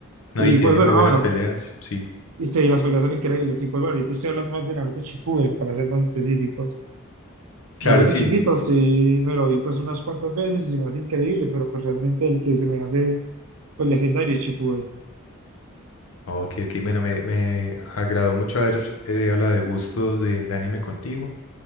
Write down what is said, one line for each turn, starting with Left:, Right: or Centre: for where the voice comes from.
Left: No,
Right: Y
Left: y tiene
Right: pues bueno,
Left: muy buenas
Right: ah, bueno,
Left: peleas, sí.
Right: Y sí, las peleas son increíbles. Y pues bueno, yo te estoy hablando más de Naruto Shippuden, para ser más específicos.
Left: Claro,
Right: Naruto
Left: sí.
Right: chiquito, sí, me lo vi pues unas cuantas veces y se me hace increíble, pero pues realmente el que se me hace pues legendario es Shippuden.
Left: Ok, ok. Bueno, me, me agradó mucho haber eh, hablado de gustos de, de anime contigo.